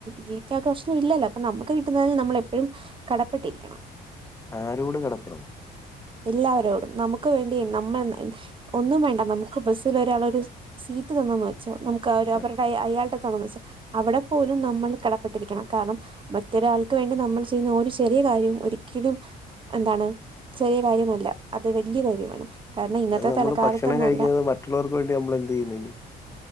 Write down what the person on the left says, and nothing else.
ആരോട് കടപ്പേടും
ആ,
അത് നമ്മൾ
ഭക്ഷണം കഴിക്കുന്നത് മറ്റുള്ളവർക്കുവേണ്ടി നമ്മള് എന്തു ചെയ്യുന്നതിന്